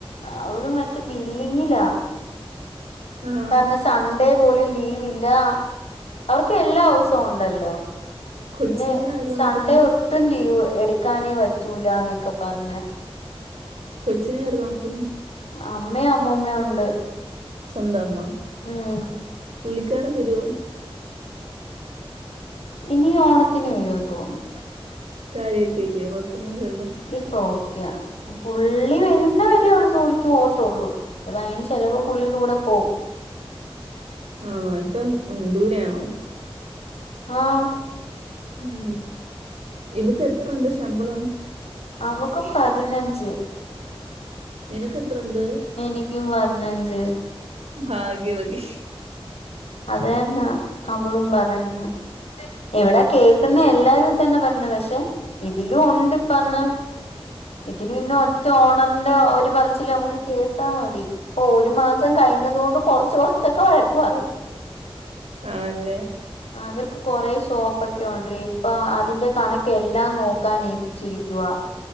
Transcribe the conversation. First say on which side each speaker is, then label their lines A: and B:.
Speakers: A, on the left; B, on the right.
A: അവള് മറ്റെ ബില്ലിങ്ങിലാ.
B: ആ
A: പർഞ്ഞ സൺഡേ പോലും ലീവില്ലാ അവർക്ക് എല്ലാ ദിവ്സുംണ്ടല്ലോ.
B: കൊച്ചിനെ
A: പിന്നെ
B: ആര് നോക്കും
A: സൺഡേ ഒട്ടും ലീവ് എടുക്കാനേ പറ്റൂല്ല എന്നൊക്കെ പറഞ്ഞ്-
B: കൊച്ചിന് ആർന്ന്നോക്കും.
A: അമ്മയും അമ്മൂമ്മയും ഉണ്ട്.
B: സ്വന്തം അമ്മ.
A: ഉം
B: പുള്ളിക്കാരൻ വരുവോ?
A: ഇനി ഓണത്തിന് വരുമെന്ന്തോന്ന്.
B: കാര്യക്കല്ലേ കൊഴപ്പമൊന്നുമില്ലല്ലോ.
A: ഇപ്പോ ഒക്കെയാണ് പുള്ളി വരുന്നവരെയള്ള ചോദിക്ക- പോത്തുള്ളൂ അതാ അതിന് ചിലപ്പോ പുള്ളിയുടെ കൂടെ പോകും.
B: ആഹ്‌ണോ ഇപ്പം ദൂരെ ആണോ?
A: ആഹ്
B: ഉം ഇവക്ക് എത്രയുണ്ട് ശമ്പളം?
A: അവക്കും പതിനഞ്ച്.
B: നിനക്ക് എത്രയുണ്ട്?
A: എനിക്കും പതിനെഞ്ച്.
B: ഭാഗ്യവതി.
A: അതു തന്നെയാ അവളും പറയുന്ന- ഇവിടെ കേൾക്കുന്ന എല്ലാവരും തന്നെ പറയുന്നത് പക്ഷെ ഇതിലും ഉണ്ട് ഇപ്പ അന്ന്- ഇതിന് പിന്നെ ഒറ്റ ഓണറിന്റെ ഒരു പറച്ചില് നമുക്ക് കേട്ടാ മതി. ഒരു മാസം കഴിഞ്ഞത കൊണ്ട് കൊറച്ച കുറച്ചൊക്കെ വഴക്ക് പറയും.
B: ആണല്ലേ.
A: ആഹ് അവർക്ക് കൊറെ ഷോപ്പ് ഒക്കെ ഉണ്ട് ഇപ്പൊ അതിന്റെ കണക്കെല്ലാം നോക്കാൻ ഏൽപ്പിച്ചേക്കുവാ-